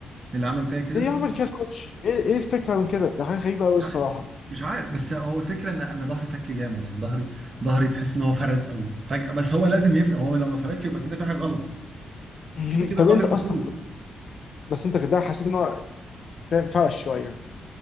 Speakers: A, on the right; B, on the left.
A: اللي عمل فيا كده
B: ليه يعمل كده الكوتش؟ ايه ايه الفكره من كده؟ ده حاجه غريبه قوي
A: مش
B: الصراحه
A: عارف مش عارف بس هو الفكره ان انا ظهري فك جامد يعني ظهري ظهري تحس ان هو فرد قوي فجاه بس هو لازم يفرق هو لو ما فردش يبقى كده في حاجه غلط
B: <laughs>
A: كده كده
B: طب
A: ظهري
B: انت
A: مفروض
B: اصلا بس انت كده حسيت ان هو فاهم فرش شويه